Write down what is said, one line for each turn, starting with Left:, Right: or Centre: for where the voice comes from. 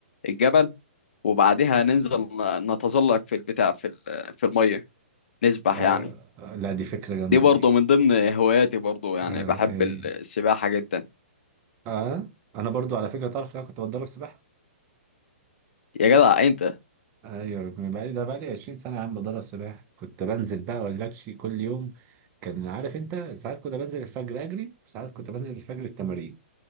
Left: الجبل وبعدها ننزل ن- نتزلق في البتاع في ال- في المية نسبح
Right: آه،
Left: يعني
Right: آه، لا دي فكره جامده
Left: دي برضه
Right: دي
Left: من ضمن هواياتي برضه يعني
Right: آه.
Left: بحب
Right: إيه.
Left: السباحة جدا
Right: اه انا برضو على فكره تعرف لو كنت بتدرب سباحه
Left: يا جدع أنت
Right: ايوه من بقالي ده بقالي 20 سنه يا عم بتدرب سباحه كنت بنزل بقى ولاكشي كل يوم كان عارف انت ساعات كنت بنزل الفجر اجري ساعات كنت بنزل الفجر التمارين